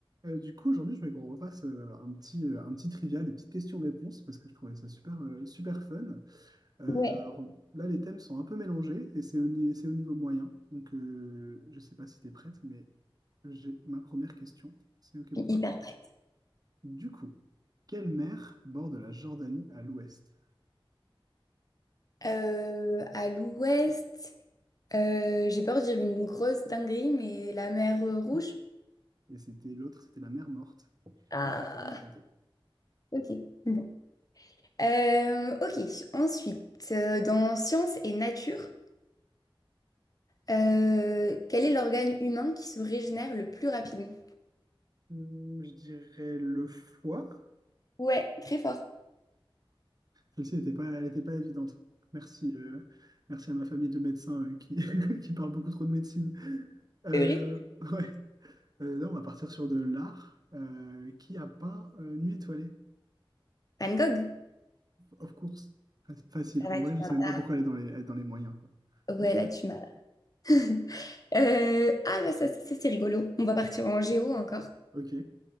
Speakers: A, on the right; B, on the left.
A: Euh, du coup, aujourd'hui, je voulais qu'on refasse euh, un petit, euh, un petit trivia, des petites questions-réponses, parce que je trouvais ça super, euh, super fun. Euh,
B: Ouais,
A: alors là, les thèmes sont un peu mélangés et c'est au, ni- c'est au niveau moyen. Donc, euh, je ne sais pas si tu es prête, mais j'ai ma première question. C'est OK pour
B: hyper.
A: toi? Du coup, quelle mer borde la Jordanie à l'ouest?
B: Euh, à l'ouest, euh, j'ai peur de dire une grosse dinguerie, mais la mer euh, Rouge.
A: Et c'était l'autre, c'était la mer Morte.
B: Ah,
A: Bien tenté, bien tenté.
B: ok. Bon. Euh, ok, ensuite, euh, dans sciences et nature, euh, quel est l'organe humain qui se régénère le plus rapidement?
A: Hum, je dirais le foie.
B: Ouais, très fort.
A: Celle-ci n'était pas, elle était pas évidente. Merci, euh, merci à ma famille de médecins euh, qui, <laughs> qui parle beaucoup trop de médecine. Euh,
B: C'est vrai?
A: ouais. Euh, là, on va partir sur de l'art. Euh, qui a peint euh, Nuit étoilée?
B: Van Gogh.
A: Of course. Fa- Facile.
B: Ça va,
A: En vrai,
B: tu
A: je
B: vas
A: sais même
B: pas.
A: pas pourquoi elle est dans les, elle est dans les moyens, quoi.
B: Ouais,
A: <laughs>
B: là tu m'as. <laughs> Euh, ah là, ça, ça, c'est rigolo. On va partir en géo encore.
A: Ok.